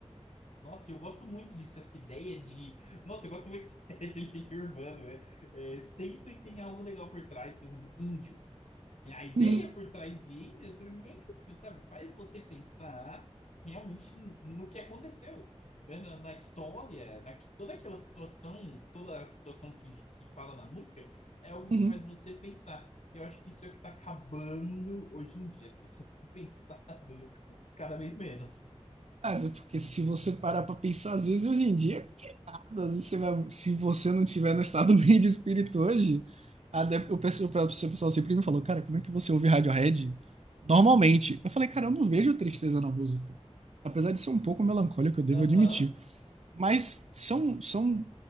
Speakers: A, on the left; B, on the right.
A: Nossa, eu gosto muito disso, essa ideia de. Nossa, eu gosto muito <laughs> de lixo urbano, né? É, sempre tem algo legal por trás, por exemplo, índios. É, a ideia
B: Uhum,
A: por trás de índios, para mim, é incrível, sabe? Faz você pensar realmente no no que aconteceu, né? Na, na história, na, toda aquela situação, toda a situação que, que fala na música, é algo
B: uhum.
A: que faz você pensar. Eu acho que isso é o que está acabando hoje em dia. As pessoas têm pensado <laughs> cada vez menos.
B: Mas é porque se você parar pra pensar, às vezes hoje em dia, às vezes você vai- se você não tiver no estado <laughs> bem de espírito hoje, a de- o pessoal, o pessoal sempre me falou, cara, como é que você ouve Radiohead? Normalmente. Eu falei, cara, eu não vejo tristeza na música. Apesar de ser um pouco melancólico, eu devo
A: Aham,
B: admitir. Mas são, são